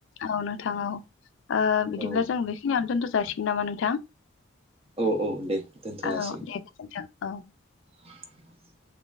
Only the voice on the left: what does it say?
औ नोंथां औ बिदिब्ला
जों बेखिनियावनो दोनथ'सै जासिगोन नामा नोंथां
औ
दे गोजोनथों औ